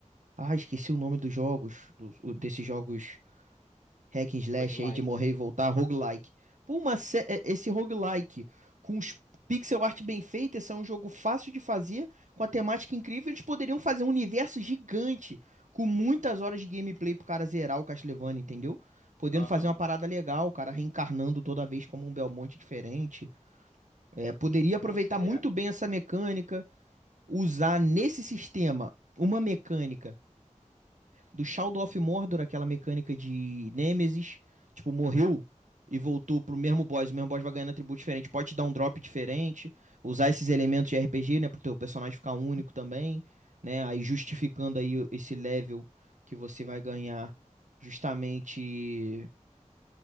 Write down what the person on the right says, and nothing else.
Ah, esqueci o nome dos jogos, dos- o- desses jogos hack and slash
aí de morrer e voltar, roguelike. Pô, uma sé- é- esse roguelike com os pixel art bem feita, esse é um jogo fácil de fazer, com a temática incrível, eles poderiam fazer um universo gigante, com muitas horas de gameplay pro cara zerar o Castlevania, entendeu? Podendo
fazer uma parada legal, o cara reencarnando toda vez como um Belmonte diferente. É, poderia aproveitar
muito bem essa mecânica, usar nesse sistema uma mecânica do Shadow of Mordor, aquela mecânica de Nemesis, tipo, morreu e voltou pro mesmo boss, o mesmo boss vai ganhando atributo diferente, pode te dar um drop diferente, usar esses elementos de RPG, né, pro teu personagem ficar único também, né, aí justificando aí esse level que você vai ganhar justamente